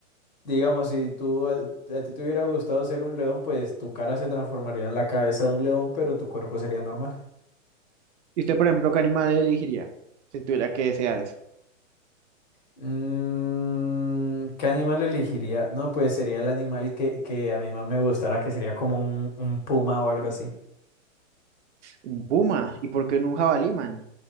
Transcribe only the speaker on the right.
¿Y usted, por ejemplo, qué animal elegiría? Si tuviera que desear eso.
Un puma. ¿Y por qué no un jabalí, man?